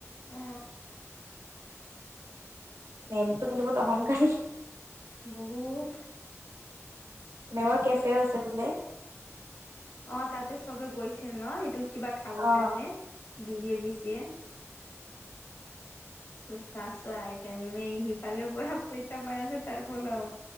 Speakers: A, on the left; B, on the right.
A: অ
B: মেমটো কিন্তু বহুত অহংকাৰী
A: বহুত
B: মেৱৰ কেফেও আছে বোলে
A: অ তাতে চবে গৈছিল ন সেইটো কিবা খাব
B: অ
A: কাৰণে বিব বিছেিয় চ চা চোৱা এতিয়ামি মহি পালে পৰা পইচা পাই আছে তাৰপল